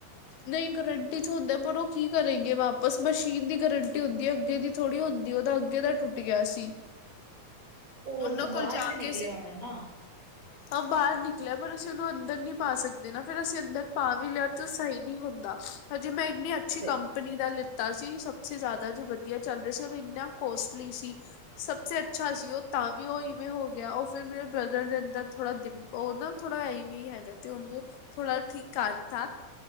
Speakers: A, on the left (about 85°); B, on the right (about 50°).
A: ਨਹੀਂ ਗਰੰਟੀ 'ਚ ਹੁੰਦਾ, ਪਰ ਉਹ ਕੀ ਕਰੇਗੇ ਵਾਪਸ ਮਸ਼ੀਨ ਦੀ ਗਰੰਟੀ ਹੁੰਦੀ ਹੈ, ਅੱਗੇ ਦੀ ਥੋੜ੍ਹੀ ਹੁੰਦੀ, ਉਹਦਾ ਅੱਗੇ ਦਾ ਟੁੱਟ ਗਿਆ ਸੀ।
B: ਉਹ
A: ਉਹਨਾਂ
B: ਅੱਗੋਂ
A: ਕੋਲ
B: ਬਾਹਰ
A: ਜਾ
B: ਹੀ ਤੇ ਨਿਕਲਿਆ
A: ਕੇ ਅਸੀਂ
B: ਹੋਨਾ ਨਾ।
A: ਹਾਂ ਬਾਹਰ ਨਿਕਲਿਆ। ਪਰ ਅਸੀਂ ਉਹਨੂੰ ਅੰਦਰ ਨੀ ਪਾ ਸਕਦੇ ਨਾ, ਫੇਰ ਅਸੀਂ ਅੰਦਰ ਪਾ ਵੀ ਲਿਆ, ਤੇ ਉਹ ਸਹੀ ਨਹੀਂ ਹੁੰਦਾ, ਹਜੇ ਮੈਂ ਇੰਨੀ ਕਿਸੇ
B: ਤੇ
A: ਕੰਪਨੀ ਦਾ ਲਿੱਤਾ ਸੀ ਸਭਸੇ ਜ਼ਿਆਦਾ ਜੋ ਵਧੀਆ ਚੱਲ ਰਿਹਾ ਸੀ ਉਹ ਇੰਨਾ ਕੋਸਟਲੀ ਸੀ। ਸਭ ਸੇ ਅੱਛਾ ਸੀ ਉਹ ਤਾਂ ਵੀ ਉਹ ਇਵੇਂ ਹੋ ਗਿਆ ਉਹ ਫੇਰ ਮੇਰੇ ਬ੍ਰਦਰ ਦੇ ਅੰਦਰ ਥੋੜਾ ਦਿ ਉਹ ਨਾ ਥੋੜਾ ਇਵੇਂ ਹੀ ਹੈਗਾ ਤੇ ਉਹਨੇ ਥੋੜਾ ਠੀਕ ਕਾਰਤਾ।